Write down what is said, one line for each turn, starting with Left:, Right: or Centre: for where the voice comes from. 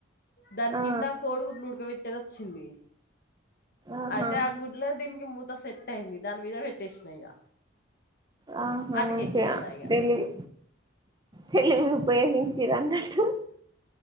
Left: దాని
Right: ఆ
Left: కింద కోడిగుడ్లు ఉడకబెట్టేది వచ్చింది
Right: ఆహా
Left: అయితే ఆ గు డ్ల దీనికి మూత సెట్ అయింది దాని మీద పెట్టేసినా ఇగ
Right: ఆహ
Left: అటుకెక్కిచ్చిన
Right: మంచిగా
Left: ఇగ
Right: తెలివి తెలివి ఉపయోగించిరానట్లు